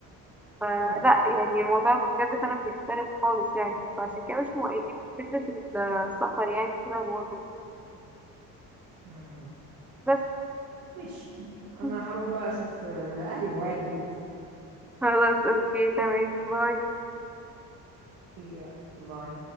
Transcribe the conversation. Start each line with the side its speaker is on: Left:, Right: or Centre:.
Centre: فلا
Right: طبعا
Centre: يعني الموضوع بجد فعلا بيختلف خالص يعني فعشان كده مش مؤيدين فكرة السفر يعني كده برضه
Right: امم
Centre: بس
Right: ماشي انا
Centre: <laughs>
Right: هروح بقى اشوف آه، اهلي بوعد دول
Centre: خلاص اوكي تمام باي
Right: يلا باي